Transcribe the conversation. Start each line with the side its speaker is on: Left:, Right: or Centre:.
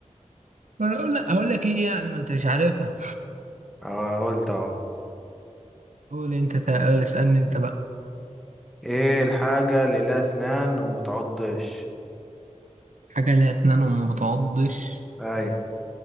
Right: ولا اقول لك اقول لك ايه يعني ما انت مش عارفها
Centre: اه قلت اهو
Right: قول انت تا- اسالني انت بقى
Centre: ايه الحاجة اللي لها اسنان وما بتعضش
Right: حاجه ليها اسنان وما بتعضش
Centre: اي